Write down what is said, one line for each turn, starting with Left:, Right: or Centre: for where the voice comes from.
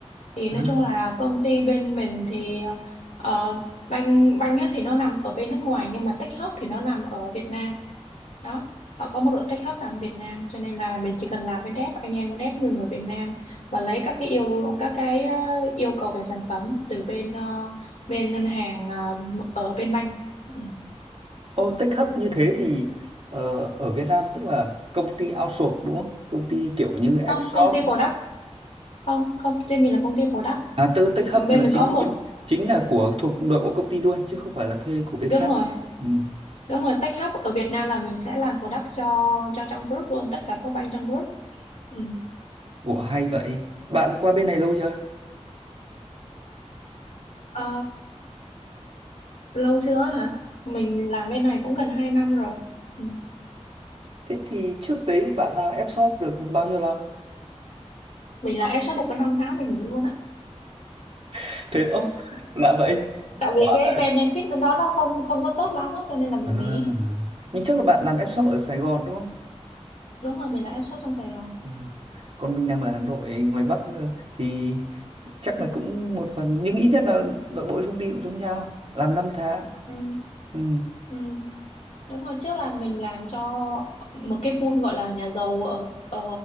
Left: thì
Right: À.
Left: nói chung là công ty bên mình thì ờ, banh banh á thì nó nằm ở bên nước ngoài nhưng mà tech hub thì nó nằm ở Việt Nam đó họ có một đội tech hub làm ở Việt Nam cho nên là mình chỉ cần làm với dev anh em với dev người người Việt Nam và lấy các cái yêu các cái ờ, yêu cầu về sản phẩm từ bên ờ, bên ngân hàng ờ, ở bên banh ừ.
Right: Ô, tech hub như thế thì ờ, ở Việt Nam tức là công ty outsource đúng không? Công ty kiểu như Fshop.
Left: không công ty product không công ty mình là công ty product
Right: À, tư tech hub
Left: bên
Right: là
Left: mình
Right: chính
Left: có một
Right: chính chính là của thuộc nội bộ công ty luôn chứ không phải là thuê của bên
Left: đúng
Right: khác.
Left: rồi
Right: Ừ.
Left: đúng rồi tech hub ở Việt Nam là mình sẽ làm product cho cho trong group luôn tất cả các bank trong group Ừ.
Right: Ủa hay vậy. Bạn qua bên này lâu chưa?
Left: Ờ, lâu chưa hả? Mình làm bên này cũng gần 2 năm rồi. Ừ.
Right: Thế thì trước đấy bạn làm Fshop được bao nhiêu năm?
Left: Mình là HR được có năm tháng mình nghỉ luôn á
Right: <laughs> Thế ô, lạ vậy.
Left: Tại
Right: Quả
Left: vì cái benefit bên đó nó không không có tốt lắm á, cho nên là mình
Right: à.
Left: nghỉ.
Right: Nhưng chắc là bạn làm Fshop ở Sài Gòn đúng không?
Left: Đúng rồi, mình là HR trong Sài Gòn.
Right: Ừ. Còn mình làm ở Hà Nội ngoài Bắc ờ, thì chắc là cũng một phần nhưng ít nhất là nội bộ công ty cũng giống nhau làm năm tháng
Left: Ừ.
Right: ừ.
Left: Ừ. Đúng rồi, trước là mình làm cho một cái pool gọi là nhà giàu ở ở